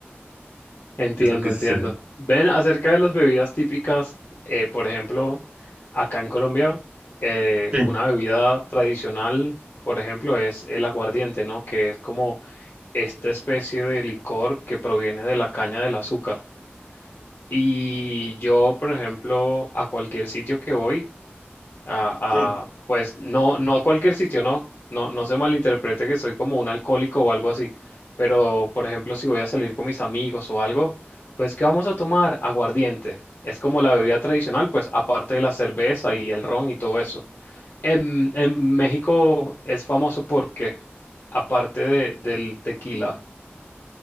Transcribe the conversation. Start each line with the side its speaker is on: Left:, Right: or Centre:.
Left: Entiendo,
Right: Es lo que sucede.
Left: entiendo. Ven, acerca de las bebidas típicas, eh, por ejemplo, acá en Colombia, eh,
Right: Sí.
Left: una bebida tradicional, por ejemplo, es el aguardiente, ¿no? Que es como esta especie de licor que proviene de la caña del azúcar. Y yo, por ejemplo, a cualquier sitio que voy, Ah, ah,
Right: Sí.
Left: pues no, no a cualquier sitio, no, no, no se malinterprete que soy como un alcohólico o algo así, pero por ejemplo, si voy a salir con mis amigos o algo, pues ¿qué vamos a tomar? Aguardiente. Es como la bebida tradicional, pues aparte de la cerveza y el ron y todo eso. En, en México es famoso porque, aparte de- del tequila,